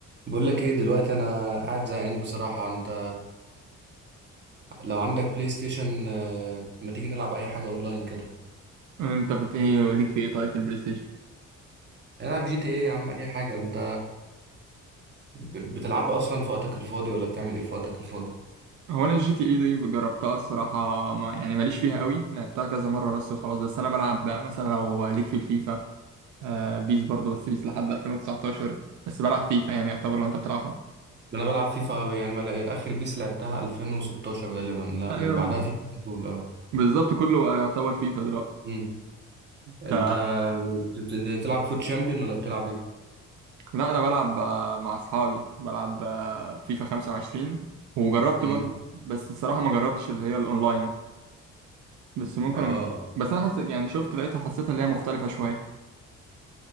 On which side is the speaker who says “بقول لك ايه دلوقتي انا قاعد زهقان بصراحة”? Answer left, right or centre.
Right